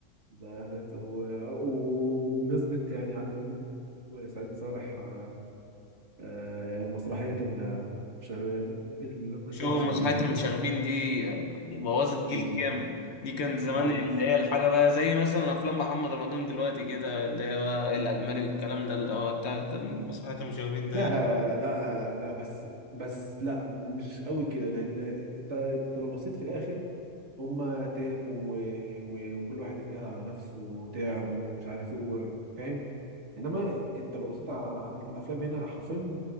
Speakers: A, on the right; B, on the left.
A: زي- زي- و- وبمناسبة يعني عادل امام وسعيد صالح آه آه مسرحية ال- شغ- المسرح
B: شو
A: المشاغبين
B: مسرحية المشاغبين دي يعني بوظت جيل
A: دي دي
B: كامل دي كان زمان
A: حرام
B: اللي
A: بس
B: هي الحاجة بقى زي مثلا أفلام محمد رمضان دلوقتي كده اللي هي بقى الألماني والكلام ده اللي هو بتاع كان مسرحية المشاغبين ده
A: لا لا لا لا لا لا لا بس بس لا مش قوي كده لان انت انت لو بصيت في الاخر هما تعبوا و... و... وكل واحد اجتهد على نفسه وتعب ومش عارف ايه و- فاهم انما انت لو بصيت على على الافلام هنا حرفيا